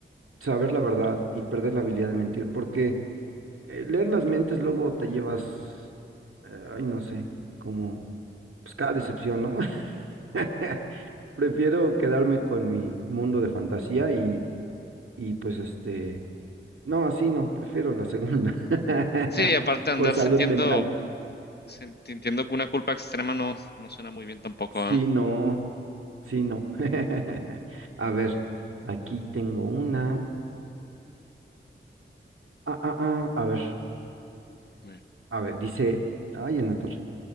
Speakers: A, on the right; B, on the left.
A: saber la verdad y perder la habilidad de mentir, porque eh, leer las mentes luego te llevas, eh, ay, no sé, como, pues cada decepción, ¿no? <laughs> Prefiero quedarme con mi mundo de fantasía y, y pues este, no, así no, prefiero la segunda. <laughs>
B: Sí, aparte de
A: Por
B: andar
A: salud
B: sintiendo
A: mental.
B: se- te entiendo que una culpa extrema no, no suena muy bien tampoco,
A: Sí,
B: ¿eh?
A: no, sí, no. <laughs> A ver, aquí tengo una. Ah, ah, ah, a ver,
B: Muy bien.
A: a ver, dice, ay, en la torre.